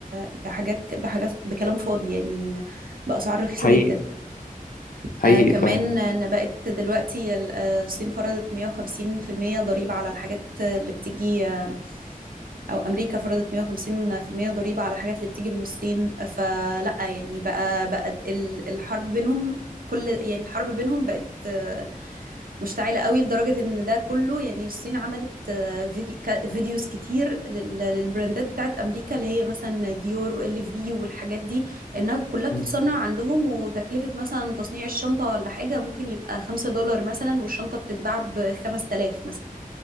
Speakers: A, on the right; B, on the left.
A: بحاجات بحاجات بكلام فاضي يعني باسعار رخيصه
B: حقيقي
A: جدا
B: حقيقي
A: آه كمان
B: ف...
A: ان بقت دلوقتي ال- آه، الصين فرضت 150% ضريبة على الحاجات اللي بتيجي آه، او امريكا فرضت 150% ضريبة على الحاجات اللي بتيجي من الصين فلا يعني بقى بقى ال- الحرب بينهم كل يعني الحرب بينهم بقت آه، مشتعلة قوي لدرجة ان ده كله يعني الصين عملت آه، فيدي ك- فيديوز كتير لل- للبراندات بتاعت امريكا اللي هي مثلا ديور وال في والحاجات دي انها كلها بتتصنع
B: مم.
A: عندهم وتكلفة مثلا تصنيع الشنطة ولا حاجة ممكن يبقى خمسة دولار مثلا والشنطة بتتباع بخمس تلاف مثلا